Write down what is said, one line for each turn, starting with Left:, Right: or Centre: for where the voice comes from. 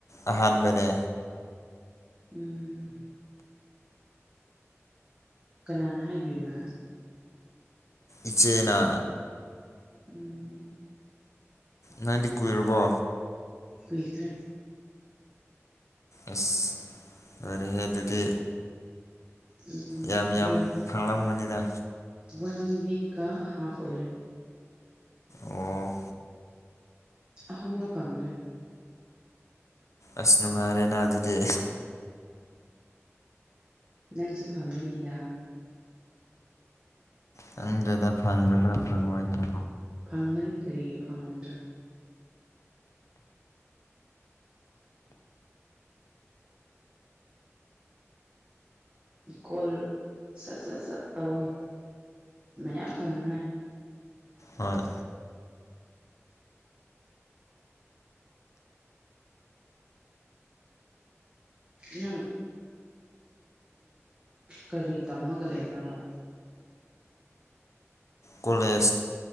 Left: ꯑꯍꯥꯟꯕꯅꯦ
Right: ꯎꯝ ꯀꯅꯥꯅ ꯍꯥꯏꯕꯤꯕ꯭ꯔꯥ
Left: ꯏꯆꯦꯅ
Right: ꯎꯝ
Left: ꯅꯪꯗꯤ ꯀꯨꯏꯔꯕꯣ
Right: ꯀꯨꯏꯈ꯭ꯔꯦ
Left: ꯑꯁ ꯑꯣꯏꯍꯦ ꯑꯗꯨꯗꯤ
Right: ꯎꯝ
Left: ꯌꯥꯝ ꯌꯥꯝ
Right: ꯋꯥꯟ
Left: ꯐꯥꯡꯂꯝꯕꯅꯤꯅ
Right: ꯋꯥꯟ ꯛ ꯀ ꯍꯥꯐ ꯑꯔ
Left: ꯑꯣ
Right: ꯑꯍꯨꯝꯔꯣ ꯐꯪꯈ꯭ꯔꯦ
Left: ꯑꯁ ꯅꯨꯡꯉꯥꯏꯔꯦꯅ ꯑꯗꯨꯗꯤ
Right: ꯅꯪꯁꯨ ꯐꯪꯒꯅꯤꯗ
Left: ꯆꯪꯗꯗ ꯐꯪꯒꯗ꯭ꯔꯥ ꯐꯪꯉꯑꯣꯣꯏꯗ꯭ꯔ
Right: ꯐꯪꯒꯅꯤ ꯀꯔꯤꯒꯤ ꯐꯪꯉꯣꯏꯗ꯭ꯔꯥ ꯀꯣꯜ ꯁꯠ ꯁꯠ ꯁꯠ ꯇꯧꯋꯣ ꯃꯌꯥꯝ ꯐꯪꯅꯉꯥꯏ
Left: ꯑ
Right: ꯅꯪ ꯀꯔꯤ ꯇꯝꯃꯒ ꯂꯩꯕ꯭ꯔꯕ
Left: ꯀꯣꯂꯦꯖ